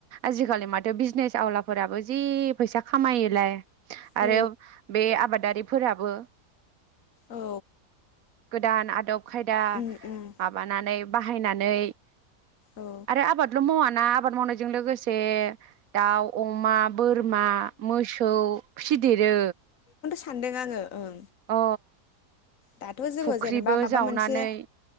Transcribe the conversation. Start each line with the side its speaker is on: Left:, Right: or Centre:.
Right: आजिखालि माथो बिजनेस आवलाफोराबो जि फैसा खामायोलाय आरो
Left: औ
Right: बे आबादारिफोराबो
Left: औ
Right: गोदान आदब खायदा
Left: उम उम
Right: माबानानै बाहायना नै-
Left: औ
Right: आरो आबादल मावाना आबाद मावनायजों लोगोसे दाउ अमा बोरमा मोसौ खौ फिदेरो
Left: सान्दों आङो ओं
Right: अ
Left: दाथ जोङो
Right: फुख्रिबो
Left: जेनेबा माबा
Right: जावनानै
Left: मोनसे